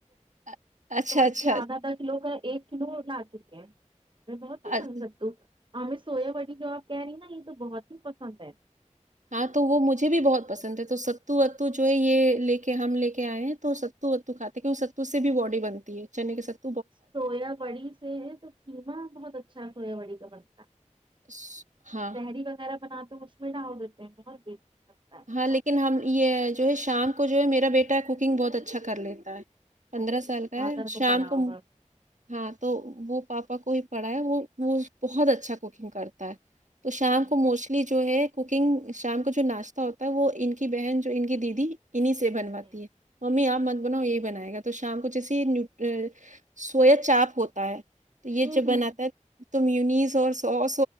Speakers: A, on the right; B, on the right.
A: اچھا
B: لیجیے
A: اچھا
B: آدھا آدھا کلو کا ایک کلو لا چکے ہیں ہمیں بہت پسندستو
A: اچ-
B: ہمیں سویا بری جو آپ کہہ رہی ہیں نا یہ تو بہت ہی پسند ہے
A: ہاں تو وہ مجھے بھی بہت پسند ہے تو ستو وتو جو ہے یہ لے کے ہم لے کے آئے ہیں تو س وتو کھاتے ہیں وہ ستو سے بھی باڈی بنتی ہے چنے کے سات
B: سویا بڑی سے تو قیمہ بہت اچھا ہے سویا بڑی کا بنتا ہے
A: س- ہاں
B: تہری وغیرہ بناتے اس میں ڈھال دیتے ہیں بہت ہے مجھے
A: ہاں لیکن
B: بہت
A: ہم یہ جو ہے شام کو جو ہے میرا بیٹا ہے کوکنگ بہت اچھا کر لیتا ہے پندرہ
B: اچھا
A: سال کا ہے
B: فادر
A: شام
B: پڑھا
A: کو
B: ہوگا
A: ہاں تو وہ پاپا کو ہی پڑھا ہے وہ وہ بہت اچھا کوکنگ کرتا ہے تو شام
B: ہوں
A: کو موسٹلی جو ہے کوکنگ شام کو جو ناشتا ہوتا وہ ان کی بہن جو ان کی دیدی انہیں سے بنواتی
B: ہوں
A: ہے ممی آپ مت بنااو یہی بنائے گا تو شام کو جیسیے نیوٹ ا سویا چاپ ہوتا ہے تو یہ
B: ہوں
A: جب بناتا
B: ہوں
A: ہے تومینیز اور سوس